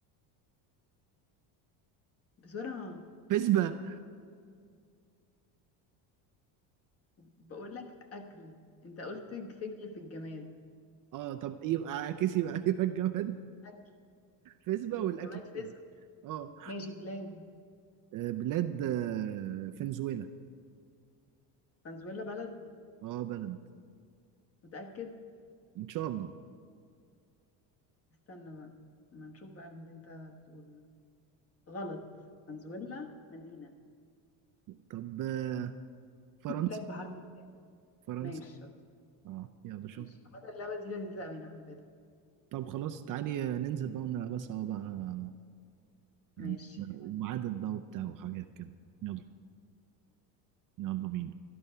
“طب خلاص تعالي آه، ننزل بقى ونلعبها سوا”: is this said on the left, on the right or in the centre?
Right